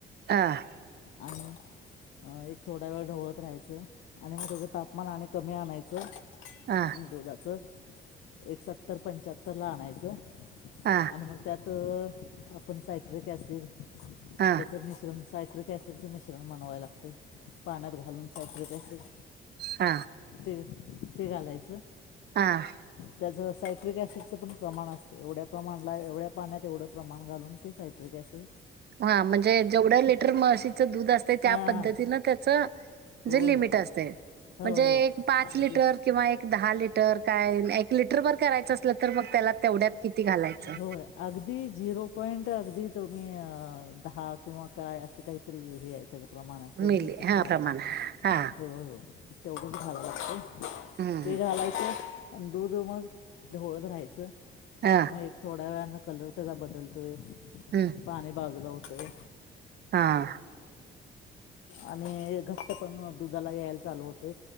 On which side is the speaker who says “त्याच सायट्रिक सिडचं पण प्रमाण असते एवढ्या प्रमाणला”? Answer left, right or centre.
Left